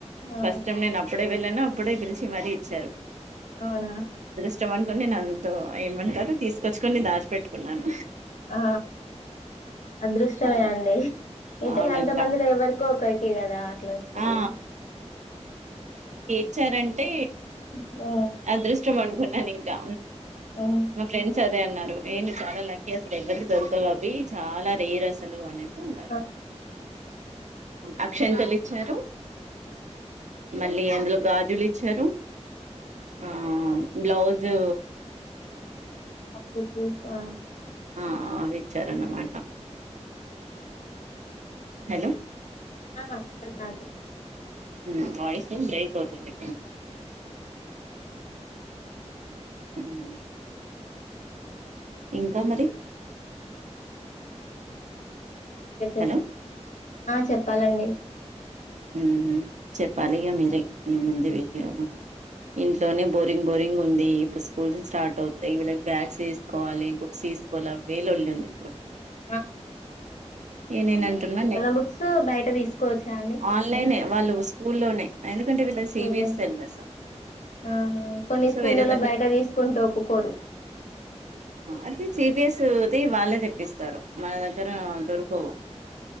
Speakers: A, on the left; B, on the right.
A: ఆ
B: ఫస్ట్ టైం నేను అప్పుడే వెళ్ళాను అప్పుడే పిలిచి మరీ ఇచ్చారు
A: అవున
B: ఇష్టం అనుకొని నేను అంత ఏమంటారుో తీసుకొచ్చుకని దాచిపెట్టుకున్నాను
A: ఆ అదృష్టమే
B: అలా
A: అండి ఇతను
B: అవునంట
A: అంత మందిలో ఎవరికో ఒకరికి కదా అట్ల వచ్చేది
B: ఆ వచ్చారంటే
A: అ
B: అదృష్టం అనుకున్నాన్ ఇంకా
A: ఉమ్
B: మా ఫ్రెండ్స్ అ అదే అన్నారు నేను చాల లక్కీ అసలు ఎవ్వరి దొరకవు అవి చాల రేర్ అసలుగానే అన్నారు
A: ఆ
B: అక్షింతలు ఇచ్చారు మళ్ళీ అందులో గాజులు ఇచ్చారు హా బ్లౌజు
A: ఒక్క చూపా
B: ఆ అవిచ్చారణమాట హెలో
A: ఆ చన్నది
B: ఉమ్ వాయిసు బ్రేక్ అవుతుంది. హుమ్ ఇంకా మరి
A: ఆ
B: హలో
A: చెప్పాలండి
B: ఊ చెప్పాలిగా మీరే ముందు విషయాలు ఇంట్లోనే బోరింగ్ బోరింగ్ ఉంది ఇప్పుడు స్కూల్స్ స్టార్ట్ అవుతాయి. వీళ్ళకి బ్యాగ్స్ తీసుకోవాలి బుక్స్ తీసుకోవాలి అవే లోళ్ళుంది ఇప్పుడు
A: అ
B: ఏ నేను అంటున్నానే
A: బుక్స్ బయట తీసుకోవచ్చా అండి?
B: ఆన్లైన్ వాళ్ళు స్కూల్లోనే ఎందుకంటే వీళ్ళది
A: స్కూల్లోనే
B: సిబిఎస్ సిలబస్
A: ఆహా కొన్ని
B: సో
A: స్కూళ్లలో
B: వేరే
A: బయట తీసుకుంటే ఒప్పుకోరు
B: ఐతే సిబిఎస్ ప్రతిది వాళ్ళే తెప్పిస్తారు మన దగ్గర దొరకవు